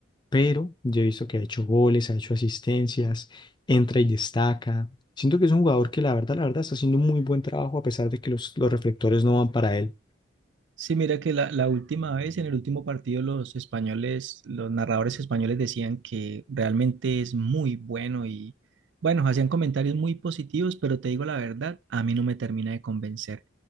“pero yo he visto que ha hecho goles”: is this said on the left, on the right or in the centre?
Left